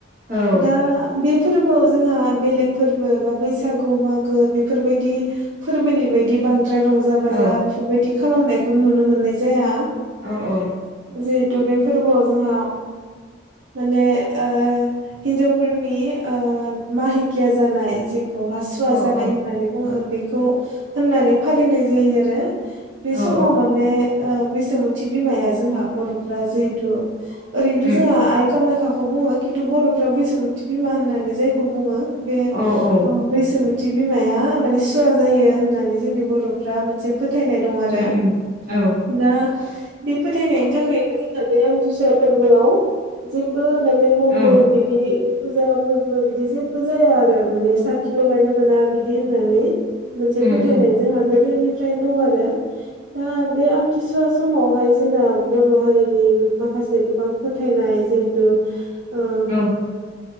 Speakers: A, on the right (about 50°); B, on the right (about 75°).
A: औ उम
B: दा बे फोरबोआव जोंहा बेलेग फोरबो बा बैसागु मागो बेफोरबायदि फोरबोनि बायदि बांसि बांद्राय रंजा बाजा
A: औ
B: बेफोरबायदि खालामनायखौ नुनो मोननाय जाया
A: औ औ
B: जिहेथु बे फोरबोआव जोंहा माने ओ हिन्जावफोरनि माहिकिया जानाय जिख बहा सुवा
A: औ
B: जानाय
A: औ
B: होननानै बुङो बेखौ होननानै फालिनाय जायो आरो बे समाव
A: औ
B: माने ओ बैसोमुथि बिमाया जोंहा बर'फ्रा जिहेथु ओरैनोथ'
A: उम
B: जोंहा आइ कामायख्याखौ बुङो खिन्थु बर'फ्रा बैसोमुथि बिमा होननानै जायखौ बुङो बे
A: औ औ
B: बैसोमुथि थि बिमाया माने सुवा जायो होननानै जोंनि बर'फ्रा मोनसे फोथायनाय दं आरो
A: उम उम औ
B: दा बे फोथायनायनि थाखायनो जोंहा बे आमथिसुवा फोरबोआव जेबो माने
A: औ
B: मन्दिर बिदि फुजा फोरबो बिदि जेबो जाया आरो माने साखि लगायनो मोना बिदि होननानै मोनसे
A: उम
B: फोथायनाय
A: उम
B: जोंहा गोदोनिफ्रायनो दं आरो दा बे आमथिसुवा समावहाय जोंना बर' हारिनि माखासे गोबां फोथायनाय जिहेथु ओ
A: औ